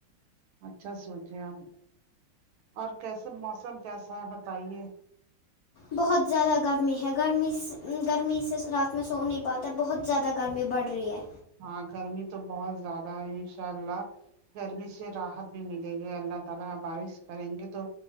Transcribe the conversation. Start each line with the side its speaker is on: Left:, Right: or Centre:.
Right: اچھا سوچے آپ اور کیسے موسم کیسا ہے بتائیے
Left: بہت زیادہ گرمی ہے گرمی سے گرمی سے رات میں سو نہیں پاتا بہت زیادہ گرمی بڑھ رہی ہے
Right: ہاں گرمی تو بہت زیادہ ہے انشاء اللہ گرمی سے راحت بھی ملے گی اللہ تعالی بارش کریں گے تو